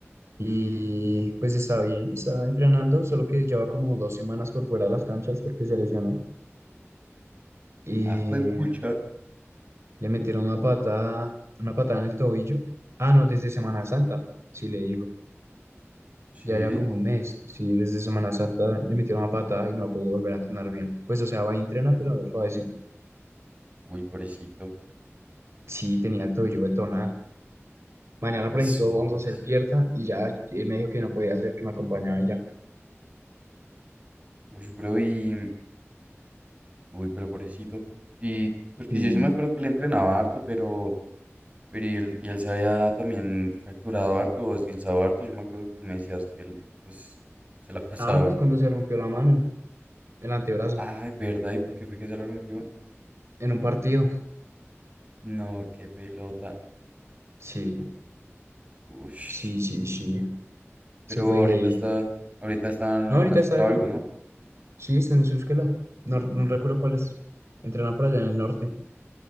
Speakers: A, on the right; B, on the right.
A: y pues está bien, está entrenando, solo que lleva como dos semanas por fuera de las canchas porque se lesionó. Y
B: Ah, juepucha.
A: le metieron una patada, una patada en el tobillo. Ah, no, desde Semana Santa, sí le digo.
B: Sí.
A: Ya ya como un mes, sí, desde Semana Santa le metieron una patada y no ha podido volver a entrenar bien. Pues o sea, va y entrena, pero suavecito.
B: Uy, pobrecito.
A: Sí, tenía el tobillo vuelto nada. Mañana,
B: Y
A: por
B: zonas.
A: ejemplo, vamos a hacer pierna y ya él me dijo que no podía hacer, que me acompañaba ella.
B: Uy, bro, y... Uy, pero pobrecito. Y... Porque
A: Y...
B: yo sí me acuerdo que le entrenaba harto, pero... Pero y él, y él se había también fracturado harto o esguinzado harto. Yo me acuerdo que tú me decías que él, pues, se la <laughs> pasaba
A: Ah, pues
B: como
A: cuando se rompió la mano, el antebrazo,
B: Ay, ¿verdad? ¿Y por qué fue que se la rompió?
A: en un partido.
B: No, qué pelota.
A: Sí,
B: Ush.
A: sí, sí, sí.
B: Pero
A: Eso fue
B: ahorita
A: heavy.
B: está, ahorita está en
A: No,
B: alguna
A: ahorita
B: escuela
A: está bien.
B: o algo, ¿no?
A: Sí, está en su escuela. No, no recuerdo cuál es. Entrenan por allá en el norte.